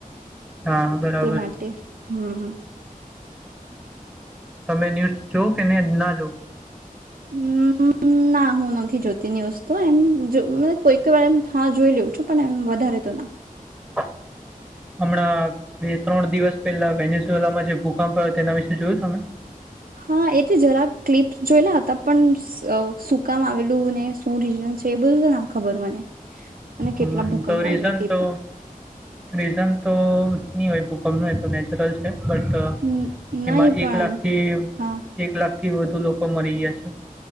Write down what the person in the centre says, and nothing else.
હા બરાબર
તમે ન્યુઝ જો કે નહી ના જો?
<inaudible> હમણાં બે ત્રણ દિવસ પહેલા વેનસોલામાં જે ભૂકંપ આવયો તેના વિશે જોયું તમે?
હા
તો રીઝન
તો રીઝન તો નહી હોય ગમનું એ તો નેચરલ છે, બટ
એમાં
એક લાખથી
એક લાખથી વધુ લોકો મરી ગયા છે.